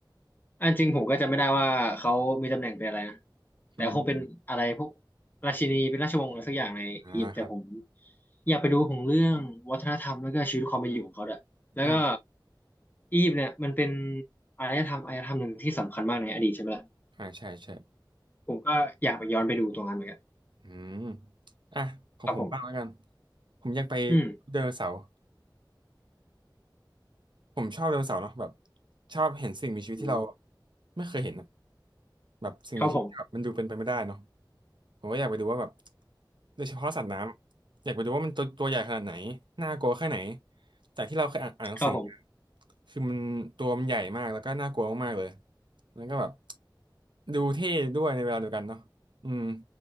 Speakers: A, on the left; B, on the right.
A: อันจริงผมก็จำไม่ได้ว่าเขามีตำแหน่งเป็นอะไรนะแต่คงเป็นอะไรพวก
B: อืมอม
A: ราชินีเป็นราชวงศ์อะไรสักอย่างในอียิปต์แต่ผม
B: อ่าครับ
A: อยากไปดูของเรื่องวัฒนธรรมแล้วก็ชีวิตความเป็นอยู่ของเขาด้วยแล้วก็
B: อ่า
A: อียิปต์เนี่ยมันเป็นอารยธรรมอารยธรรมหนึ่งที่สำคัญมากในอดีตใช่ไหมล่ะ
B: อ่าใช่ใช่
A: ผมก็อยากไปย้อนไปดูตรงนั้นเหมือนกัน
B: อืมอ่ะของผมบ้างแล้วกัน
A: ครับผม
B: ผมอยากไป
A: อืม
B: เดินนเสาร์ ผมชอบไดโนเสาร์เนาะแบบชอบเห็นสิ่งมีชีวิตที่เรา
A: อืม
B: ไม่เคยเห็นอะแบบสิ่งมีชีวิตที่แบบมันดูเป็นไปไม่ได้เนาะ
A: ครับผม
B: ผมก็อยากไปดูว่าแบบโดยเฉพาะสัตว์น้ำอยากไปดูว่ามันตัวตัวใหญ่ขนาดไหนน่ากลัวแค่ไหนจากที่เราเคยอ่านอ่านหนังสือมา
A: ครับผม
B: คือมันตัวมันใหญ่มากแล้วก็น่ากลัวมากๆเลยแล้วก็แบบดูเท่ด้วยในเวลาเดียวกันเนาะอืม